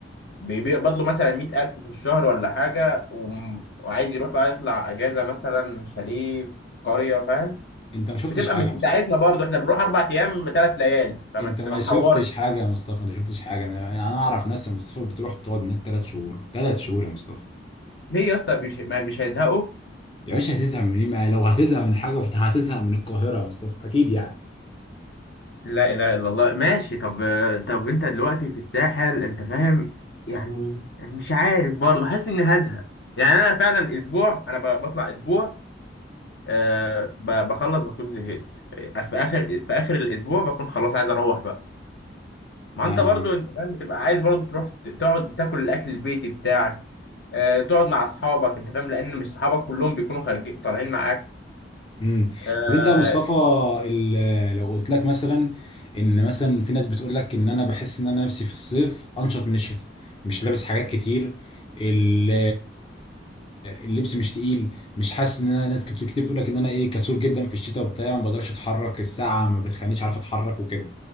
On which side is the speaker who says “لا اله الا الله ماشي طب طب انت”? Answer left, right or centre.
Left